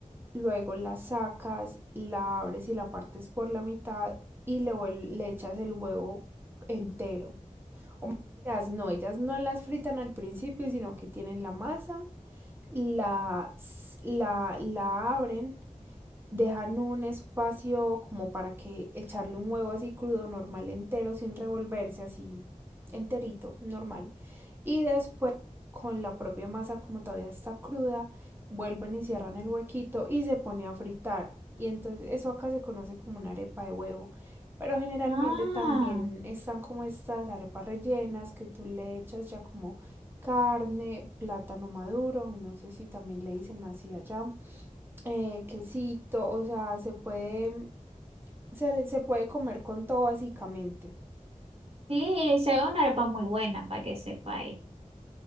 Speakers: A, on the right; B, on the right.
A: luego la sacas, la abres y la partes por la mitad y le, vuel- le echas el huevo entero. O Las no, ellas no las fritan al principio, sino que tienen la masa, la, s- la, la abren, dejan un espacio como para que echarle un huevo así crudo, normal, entero, sin revolverse, así enterito, normal. Y después con la propia masa, como todavía está cruda, vuelven y cierran el huequito y se pone a fritar. Y entonces eso acá se conoce como una arepa de huevo. Pero generalmente
B: Ah,
A: también están como estas arepas rellenas que tú le echas ya como carne, plátano maduro, no sé si también le dicen así allá, eh, quesito, o sea, se puede, se, le- se puede comer con todo básicamente.
B: sí, se ve una arepa muy buena para que sepa ahí.